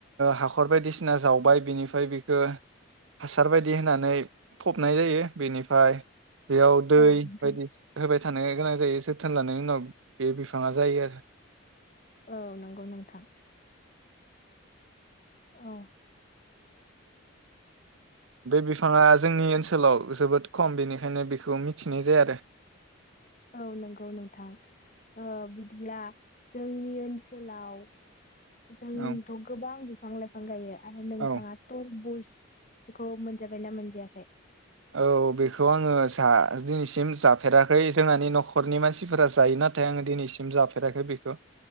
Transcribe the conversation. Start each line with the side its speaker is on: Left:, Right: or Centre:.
Right: हाखर बायदिसिना जावबाय बिनिफ्राय बेखौ हासार बायदि होननानै फबनाय जायो बेनिफ्राय बेयाव दै
Left: औ नोंथां
Right: बायदि होबाय थानो गोनां जायो जोथोन लानायनि उनाव बे बिफाङा जायो आरो
Left: औ नंगौ नोंथां औ
Right: बे बिफाङा जोंनि ओनसोलाव जोबोद खम बेनिखायनो बेखौ मिथिनाय जाया आरो
Left: औ नंगौ नोंथां ओ बिदिब्ला जोंनि ओनसोलाव जोंथ'
Right: आरो
Left: गोबां बिफां लाइफां गायो आरो नोंथाङा
Right: औ
Left: तरबुस बेखौ मोनजाबायना मोनजायाखै
Right: औ बेखौ आङो जा दिनैसिम जाफेराखै जोंहानि न'खरनि मानसिफोरा जायो नाथाय आङो दिनैसिम जाफेराखै बेखौ